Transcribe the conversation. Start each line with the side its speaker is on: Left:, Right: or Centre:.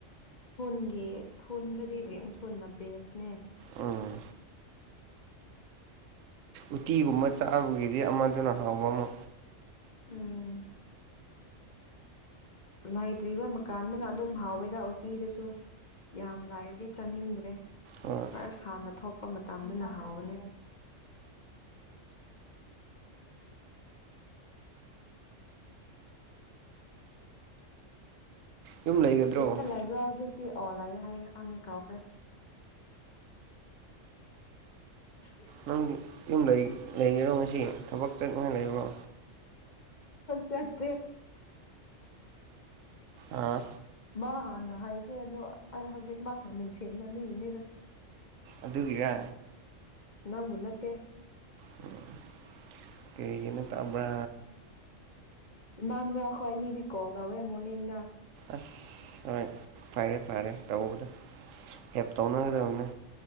Left: ꯊꯨꯟꯒꯤ ꯊꯨꯗꯗꯤ ꯔꯦꯡꯊꯨꯟꯅ ꯕꯦꯁꯅꯦ
Right: ꯎꯝ ꯎꯇꯤꯒꯨꯝꯕ ꯆꯥꯕꯒꯤꯗꯤ ꯑꯃꯗꯨꯅ ꯍꯥꯎꯕ ꯑꯃ
Left: ꯎꯝ ꯂꯩꯇ꯭ꯔꯤꯕ ꯃꯀꯥꯟꯗꯅ ꯑꯗꯨꯝ ꯍꯥꯎꯋꯦꯗ ꯎꯇꯤꯗꯨꯁꯨ ꯌꯥꯝ ꯂꯥꯏꯔꯗꯤ ꯆꯥꯅꯤꯡꯗ꯭ꯔꯦ
Right: ꯍꯣ
Left: ꯑꯩ ꯁꯥꯟꯅ ꯊꯣꯛꯄ ꯃꯇꯝꯗꯅ ꯍꯥꯎꯒꯅꯤ
Right: ꯌꯨꯝ ꯂꯩꯒꯗ꯭ꯔꯣ
Left: ꯌꯨꯝꯗ ꯂꯩꯕ꯭ꯔꯥ ꯍꯧꯖꯤꯛꯇꯤ ꯑꯣ ꯂꯥꯛꯑꯦ ꯍꯥꯏꯌꯦ ꯈꯪꯉꯦ ꯀꯥꯎꯈ꯭ꯔꯦ <inaudible>
Right: ꯅꯪꯒꯤ ꯌꯨꯝ ꯂꯩ ꯂꯩꯒꯦꯔꯣ ꯉꯁꯤ ꯊꯕꯛ ꯆꯠꯅ ꯂꯩꯕ꯭ꯔꯣ
Left: ꯆꯠꯇꯦ
Right: ꯑꯥ
Left: ꯃꯥ ꯍꯥꯟꯅ ꯍꯥꯏꯈ꯭ꯔꯦ ꯑꯗꯣ ꯑꯩ ꯍꯧꯖꯤꯛꯃꯛꯅ ꯅꯤꯡꯁꯤꯡꯅꯗꯤꯏꯅꯤꯗ
Right: ꯑꯗꯨꯒꯤꯔ
Left: ꯅꯪꯕꯨ ꯅꯠꯇꯦ
Right: <unintelligible>
Left: ꯑꯩꯒꯤ ꯂꯨꯄꯥꯟ
Right: ꯇꯥꯕ꯭ꯔꯥ
Left: ꯍꯥꯡꯍꯧꯒꯦꯗꯦ ꯏꯃꯥꯅꯤꯌꯥ ꯑꯩꯈꯣꯏꯅꯤꯗꯤ ꯀꯣꯜ ꯇꯧꯋꯦ ꯃꯣꯔꯅꯤꯡꯗ
Right: ꯑꯁ ꯍꯣꯏ ꯐꯔꯦ ꯐꯔꯦ ꯇꯧꯕꯗꯣ ꯍꯦꯞ ꯇꯧꯅꯒꯗꯕꯅꯦ